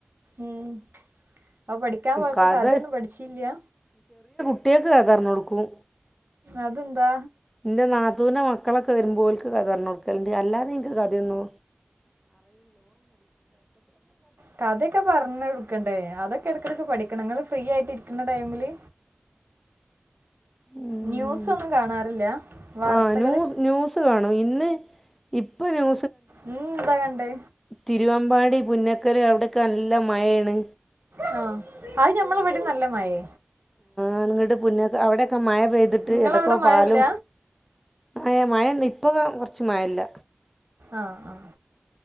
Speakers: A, on the right; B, in the centre.
A: ഉം അപ്പൊ പഠിക്കാൻ പോയപ്പോ
B: കഥ
A: കഥെന്നും പഠിച്ചില്ല്യ
B: കുട്ട്യാക്ക് കഥ പറഞ്ഞോട്ക്കും
A: അതന്താ
B: ഇന്റെ നാത്തൂന്റെ മക്കളൊക്കെ വരുമ്പോ ഓല്ക്ക് കഥപറഞ്ഞോട്ക്കല് അല്ലാതെ ഇന്ക്ക് കഥയൊന്നു
A: കഥയൊക്കെ പറഞ്ഞോട്ക്കണ്ടേ അതൊക്കെ എടക്കേട്ക്ക് പഠി ക്കണം ഇങ്ങള് ഫ്രീയായിട്ട് ഇരിക്ക്ന്ന ടൈമില്
B: മ്മ്
A: ന്യൂസൊന്നും കാണാറില്ല വാർത്തകള്
B: ആ ന്യൂ ന്യൂസ് കാണും ഇന്ന് ഇപ്പൊ ന്യൂ
A: ഇന്നേന്താ കണ്ടേ
B: തിരുവമ്പാടി പുന്നക്കല് അവിടോക്കെ നല്ല മഴാണ്
A: ആ അത് ഞമ്മള് ഇവടിം നല്ല മഴേ
B: ആണ് ഇ ട്ട് പുന്ന അവിടെയൊക്കെ മഴ പെയ്തിട്ട്
A: നിങ്ങളവിടെ
B: ഏതൊക്കൊ
A: മഴല്ല
B: പാലും ഏ മഴണ്ട് ഇപ്പൊ കൊറച്ച് മാഴല്ല
A: ആ ആ